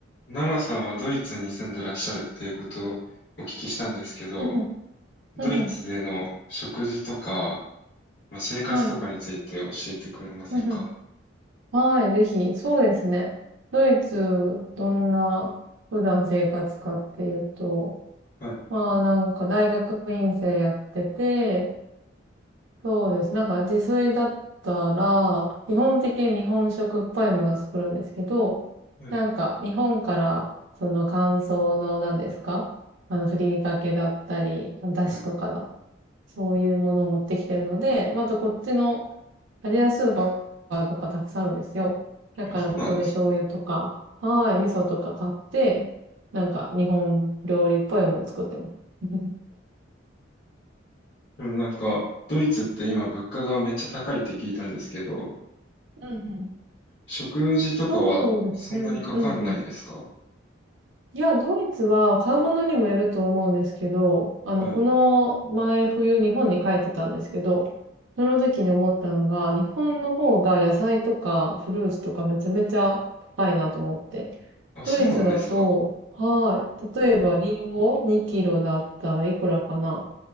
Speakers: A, on the left (about 60°); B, on the right (about 70°).
A: 奈良さんはドイツに住んでらっしゃるっていうことをお聞きしたんですけど、
B: うんうん、
A: ドイツでの食事とか、
B: うんうん、
A: まあ、生活とかについて教えてくれませんか
B: はい、うんうん、はい、ぜひ、そうですね。ドイツ、どんな普段生活かっていうと、
A: はい、
B: まあなんか大学院生やってて、そうです。なんか自炊だったら、基本的に日本食っぽいものを作るんですけど、
A: はい、
B: なんか日本からその乾燥の何ですかあの、ふりかけだったり、だしとかだ
A: はい。
B: そういうものを持ってきてるので、まああとこっちのアジアスーパーとかたくさんあるんですよ。だからそこで醤油とか、
A: あそうなんです。
B: はい、味噌とか買って、なんか日本料理っぽいものを作ってます。<laughs>
A: でもなんか、ドイツって今物価がめっちゃ高いって聞いたんですけど、
B: うんうん。<laughs>
A: 食事とかはそんなにかかんないですか
B: そうですね。うんうん。いや、ドイツは買うものにもよると思うんですけど、あの、
A: はい。
B: この前冬日本に帰ってたんですけど、その時に思ったのが、日本の方が野菜とかフルーツとかめちゃめちゃ高いなと思って。
A: あ、
B: ドイツだと、
A: そうなんですか。
B: はい。例えばリンゴ2キロだったらいくらかな